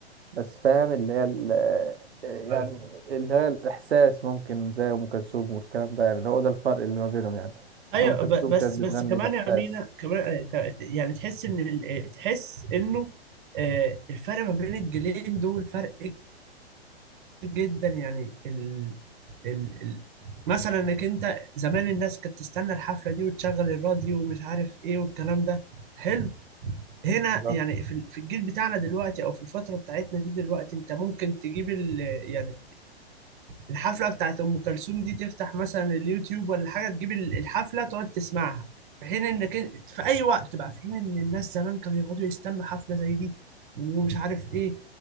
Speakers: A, on the right; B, on the right.
A: بس فاهم اللي هي ال... آه، يعني
B: ايوه
A: اللي هي الإحساس ممكن زي أم كلثوم والكلام ده يعني هو ده الفرق اللي ما بينهم يعني
B: ايوه
A: إن أم كلثوم
B: ب- بس
A: كانت
B: بس
A: بتغني
B: كمان
A: بإحساس
B: يا مينا كمان آه، ك- يعني تحس ان ال- آه، تحس انه آه، الفرق ما بين الجيلين دول فرق جدا يعني ال... ال... ال... مثلا انك انت زمان الناس كانت تستنى الحفله دي وتشغل الراديو ومش عارف ايه والكلام ده حلو هنا
A: بالظبط
B: يعني في ال- في الجيل بتاعنا دلوقتي او في الفتره بتاعتنا دي دلوقتي انت ممكن تجيب ال... يعني الحفلة بتاعت أم كلثوم دي تفتح مثلا اليوتيوب ولا حاجة تجيب ال- الحفلة تقعد تسمعها في حين إنك إنت- في أي وقت بقى في حين إن الناس زمان كانوا يقعدوا يستنوا حفلة زي دي ومش عارف إيه